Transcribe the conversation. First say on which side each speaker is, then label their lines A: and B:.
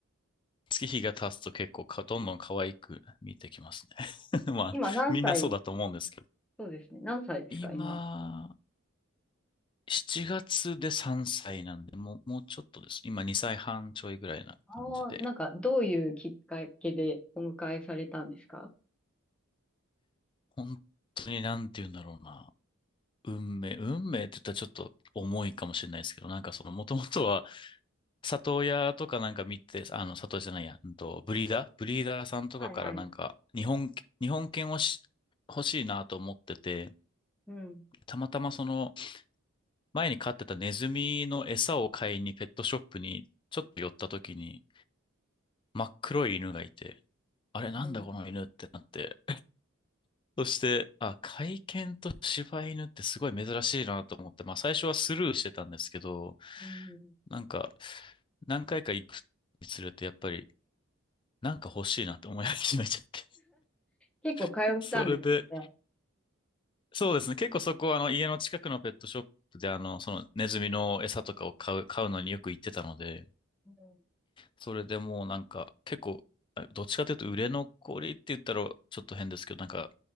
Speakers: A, on the left (about 25°); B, in the centre.
A: 月日が経つと結構か、どんどん可愛く見えてきますね。<laughs> まあ、
B: 今何歳、
A: みんなそうだと思うんですけど。
B: そうですね、何歳ですか、
A: 今、
B: 今。
A: 7月で3歳なんで、もう、もうちょっとです。今2歳半ちょいぐらいな感じで。
B: ああ、なんかどういうきっかけでお迎えされたんですか
A: 本当になんて言うんだろうな。運命、運命って言ったらちょっと重いかもしれないですけど、なんかその、もともとは、里親とかなんか見て、あの、里親じゃないや、うんと、ブリーダーブリーダーさんとかからなんか、
B: はいはい。
A: 日本、日本犬をし欲しいなと思ってて、
B: うん。
A: たまたまその、前に飼ってたネズミの餌を買いにペットショップにちょっと寄った時に真っ黒い犬がいて、あれなんだこの犬ってなって。
B: うん。
A: そして、あ、甲斐犬と柴犬ってすごい珍しいなと思って、まあ最初はスルーしてたんですけど、
B: うん
A: なんか何回か行くにつれてやっぱりなんか欲しいなって思い始めちゃって。
B: 結構通ったんですね、
A: <laughs> それで、
B: じゃあ。
A: そうですね。結構そこはあの家の近くのペットショップであの、そのネズミの餌とかを買う、買うのによく行ってたので、
B: うん
A: それでもうなんか、結構、あどっちかというと売れ残りって言ったらちょっと変ですけど、なんか、